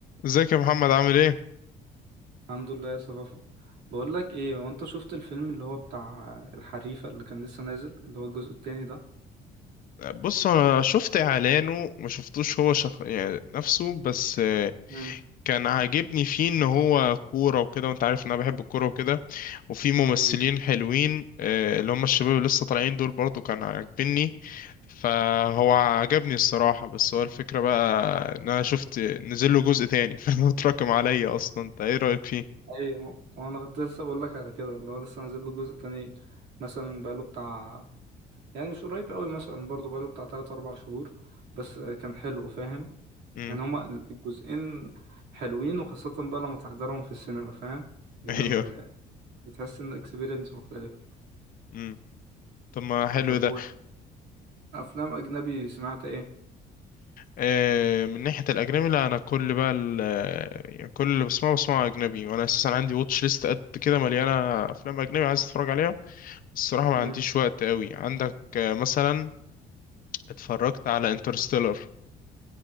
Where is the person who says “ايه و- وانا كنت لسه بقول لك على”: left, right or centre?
Right